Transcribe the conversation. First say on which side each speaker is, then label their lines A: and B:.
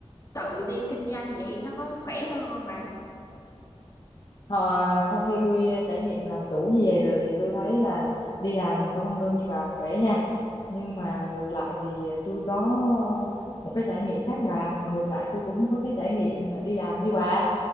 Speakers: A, on the left (about 35°); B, on the left (about 50°).
A: tự đi kinh doanh vậy nó có khỏe hơn không bà?
B: Ờ, sau khi tôi ờ, trải nghiệm làm chủ như vậy rồi thì tôi thấy là đi làm công ăn lương như bà khỏe nha. Nhưng mà ngược lại thì ờ, tôi có một cái trải nghiệm khác bà. Và ngược lại tôi cũng không có cái trải nghiệm mà đi làm như bà.